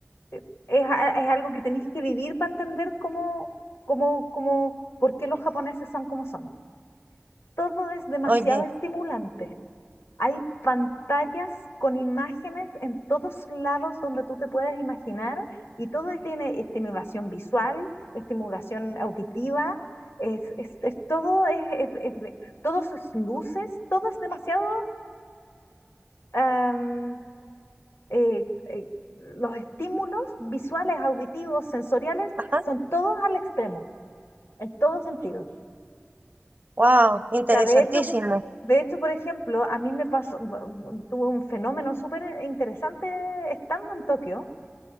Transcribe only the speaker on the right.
Oye,
ajá,
wow, interesantísimo.